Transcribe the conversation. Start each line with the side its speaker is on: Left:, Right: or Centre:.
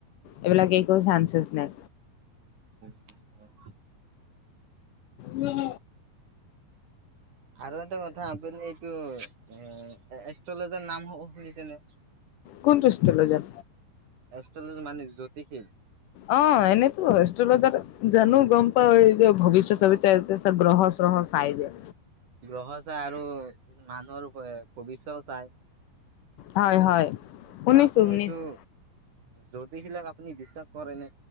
Left: এইবিলাক একো চানচেচ নাই
Right: উম হয়
Left: উম
Right: আৰু এটা কথা আপুনি এইটো এ এষ্ট্ৰ'লজাৰ নাম অ শুনিছেনে
Left: কোনটো এষ্ট্ৰ'লজাৰ
Right: এষ্ট্ৰলজাৰ মানে জ্যোতিষীৰ
Left: অ এনেইতো এষ্ট্ৰ'লজাৰ জানো গম পাও এই যে ভৱিষ্যত-চবিষ্যত
Right: অ
Left: চা যে গ্ৰহ-চ্ৰহ চাই যে
Right: গ্ৰহ চাই আৰু মানুহৰ ভৱিষ্যও চাই
Left: হয়
Right: ত
Left: হয় শুনিছো
Right: আপুনি
Left: শুনিছো
Right: এইটো জোতিষিবিলাক আপুনি বিশ্বাস কৰে নে